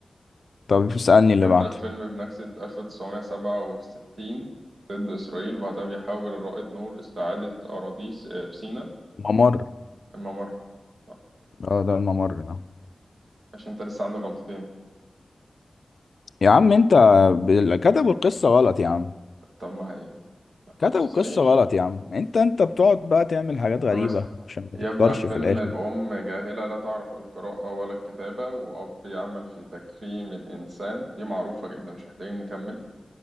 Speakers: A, on the left (about 70°); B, on the right (about 75°).
A: طب اسألني اللي
B: يبدأ
A: بعده
B: الفيلم بنكسة 1967 ضد إسرائيل بعدها بيحاول الرائد نور استعادة أراضيه س- في سيناء
A: ممر
B: الممر طب،
A: اه ده الممر ده
B: عشان أنت لسه عندك غلطتين
A: يا عم انت بال- كتبوا القصة غلط يا عم
B: طب ما هي ما خصنيش
A: كتبوا قصة غلط يا عم انت انت بتقعد بقى تعمل حاجات غريبة
B: طب اسم
A: عشان ما
B: يبدأ
A: تخسرش
B: الفيلم
A: في الاخر
B: بأم جاهلة لا تعرف القراءة ولا الكتابة وأب يعمل في تكريم الإنسان دي معروفة جدا مش محتاجين نكمل